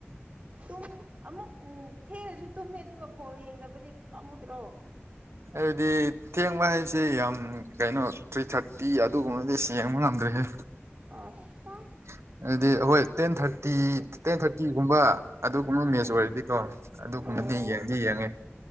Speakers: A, on the right; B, on the right.
A: ꯇꯨꯝ ꯑꯃꯨꯛ ꯎꯝ ꯊꯦꯡꯅꯁꯨ ꯇꯨꯝꯃꯦ ꯑꯗꯨꯒ ꯕꯣꯜ ꯌꯦꯡꯗꯕꯗꯤ ꯄꯥꯝꯃꯨꯗ꯭ꯔꯣ
B: ꯍꯥꯏꯕꯗꯤ ꯊꯦꯡꯕ ꯍꯥꯏꯁꯤ ꯌꯥꯝ ꯀꯩꯅꯣ ꯊ꯭ꯔꯤ ꯊꯥꯔꯇꯤ ꯑꯗꯨꯒꯨꯝꯕꯗꯤ ꯌꯦꯡꯕ ꯉꯝꯗ꯭ꯔꯦꯍꯦ
A: ꯑꯁ
B: <unintelligible> ꯑꯗꯨꯗꯤ ꯑꯩꯈꯣꯏ ꯇꯦꯟ ꯊꯥꯔꯇꯤ ꯇꯦꯟ ꯊꯥꯔꯇꯤꯒꯨꯝꯕ ꯑꯗꯨꯒꯨꯝꯕ
A: ꯎꯝ
B: ꯃꯦꯆ ꯑꯣꯏꯔꯗꯤꯀꯣ ꯑꯗꯨꯒꯨꯝꯕ
A: ꯑꯣ
B: ꯑꯃꯗꯤ ꯌꯦꯡꯗꯤ ꯌꯦꯡꯉꯦ